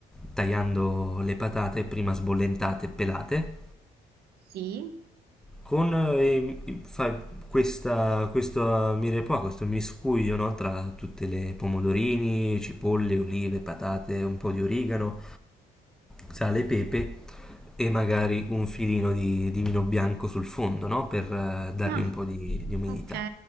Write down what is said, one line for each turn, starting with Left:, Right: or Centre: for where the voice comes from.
Centre: tagliando le patate prima sbollentate e pelate
Right: Sì.
Centre: con eh, fa questa, questo, mire qua, questo miscuglio, no, tra tutte le pomodorini, cipolle, olive, patate, un po' di origano, sale e pepe e magari un filino di, di vino bianco sul fondo, no, per eh, dargli
Right: Ah,
Centre: un po' di, di umidità.
Right: ok.